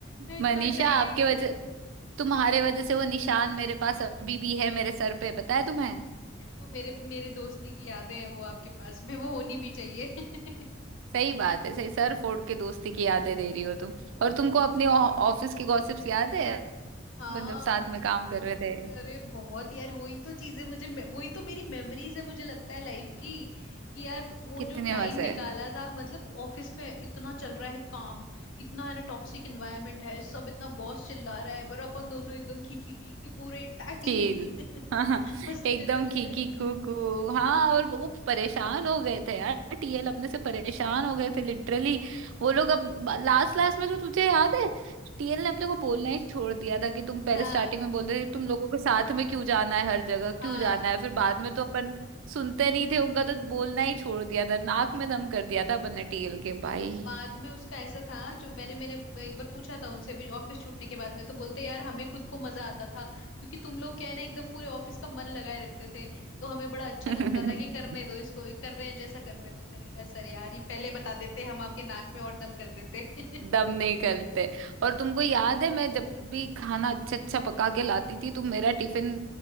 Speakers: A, on the left (about 75°); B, on the right (about 80°).
A: मैं इतना
B: मनीषा
A: डर गई
B: आपके
A: थी
B: वजह तुम्हारे वजह से वो निशान मेरे पास अभी भी है मेरे सर पे पता है तुम्हें
A: वो मेरे मेरे दोस्ती की यादें हैं वो आपके पास में वो होनी भी चाहिए <laughs>
B: सही बात है सही सर फोड़ के दोस्ती की यादें दे रही हो तुम और तुमको अपने ऑ- ऑफिस के गॉसिप्स याद है अपन
A: हाँ
B: जब साथ में काम कर रहे थे
A: अरे बहुत यार वही तो चीजें मुझे मे- वही तो मेरी मेमोरीज है मुझे लगता है लाइफ की कि यार वो
B: कितने
A: जो टाइम
B: मजे
A: निकाला था मतलब ऑफिस पे इतना चल रहा है काम इतना है ना टॉक्सिक इन्वायरमेंट है सब इतना बॉस चिल्ला रहा है पर अपन दोनों एकदम खी खी खी खी पूरे टाइम
B: चील हाँ हाँ
A: <laughs>
B: <laughs>
A: हंसते
B: एकदम
A: रहते
B: खीकी
A: थे
B: कूकू हाँ और वो परेशान हो गए थे यार टीएल अपने से परेशान हो गए थे लिटरली वो लोग अब लास्ट लास्ट में तो तुझे याद है टीएल ने अपने को बोलना ही छोड़ दिया था कि तुम पहले
A: हाँ
B: स्टार्टिंग में बोलते थे कि तुम लोगों के साथ में क्यों जाना है हर जगह क्यों
A: हाँ
B: जाना है फिर बाद में तो अपन सुनते नहीं थे उनका तो बोलना ही छोड़ दिया था नाक में दम कर दिया था अपन ने टीएल के भाई
A: बाद में उसका ऐसा था जो मैंने मैंने एक बार पूछा था उनसे अभी ऑफिस छूटने के बाद में तो बोलते यार हमें खुद को मजा आता था क्योंकि तुम लोग क्या है ना एकदम पूरे ऑफिस का मन लगाए रखते थे तो हमें बड़ा अच्छा
B: <laughs>
A: लगता था कि करने दो इसको ये कर रहे हैं जैसा करने दो मैंने कहा सर यार ये पहले बता देते हम आपके नाक में और दम कर देते <laughs>
B: दम नहीं करते और तुमको याद है मैं जब भी खाना अच्छा अच्छा पका के लाती थी तुम मेरा टिफिन